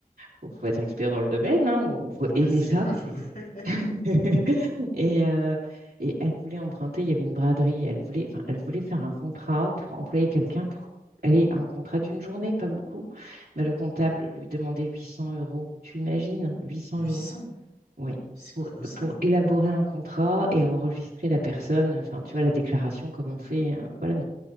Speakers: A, on the right (about 85°); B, on the left (about 75°).
A: faut faut être expert dans le domaine, hein, ou faut
B: Oh oui,
A: aimer
B: c'est
A: ça.
B: quelque chose.
A: <laughs>
B: <laughs>
A: Et, euh, et elle voulait emprunter, il y avait une braderie, elle voulait, enfin, elle voulait faire un contrat pour employer quelqu'un pour aller, un contrat d'une journée, pas beaucoup. Bah, le comptable lui demandait 800 euros. Tu imagines, 800
B: Huit
A: euros?
B: cents,
A: Oui.
B: c'est
A: Pour,
B: colossal.
A: pour élaborer un contrat et enregistrer la personne, enfin, tu vois, la déclaration comme on fait, euh, voilà,